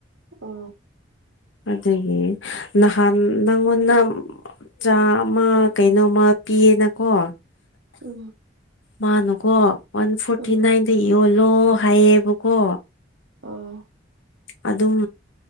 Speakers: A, on the right; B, on the left.
A: ꯎ
B: ꯑꯗꯨꯗꯒꯤ ꯅꯥꯟ ꯅꯪꯣꯟꯅ ꯆꯥ ꯑꯃ ꯀꯩꯅꯣꯃ ꯄꯤꯌꯦꯅꯀꯣ
A: ꯎꯝ
B: ꯃꯥꯅꯨꯀꯣ ꯋꯥꯟ ꯐꯣꯔꯇꯤ
A: ꯎꯝ
B: ꯅꯥꯏꯟꯗ ꯌꯣꯜꯂꯣ ꯍꯥꯏꯌꯦꯕꯀꯣ
A: ꯑ
B: ꯑꯗꯨꯝ